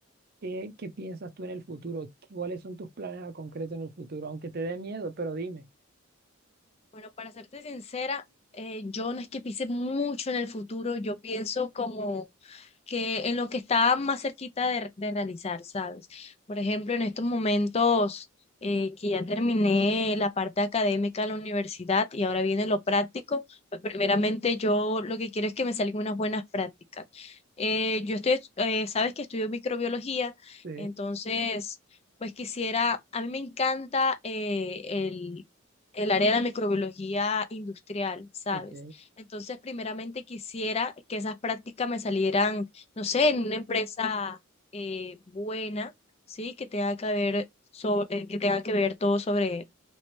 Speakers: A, on the right (about 45°); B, on the left (about 30°).
A: qué, qué piensas tú en el futuro. ¿Cuáles son tus planes a concreto en el futuro? Aunque te dé miedo, pero dime.
B: Bueno, para serte sincera, eh, yo no es que piense mucho en el futuro, yo pienso como que en lo que está más cerquita de, de realizar, ¿sabes? Por ejemplo, en estos momentos eh, que ya terminé la parte académica de la universidad y ahora viene lo práctico, pues primeramente yo lo que quiero es que me salgan unas buenas prácticas. Eh, yo estoy, eh, sabes que estudio microbiología,
A: Sí,
B: entonces... Pues quisiera, a mí me encanta eh, el área de la microbiología industrial, ¿sabes?
A: ok.
B: Entonces, primeramente quisiera que esas prácticas me salieran, no sé, en una empresa eh, buena, ¿sí? Que tenga que ver sobre, que tenga que ver todo sobre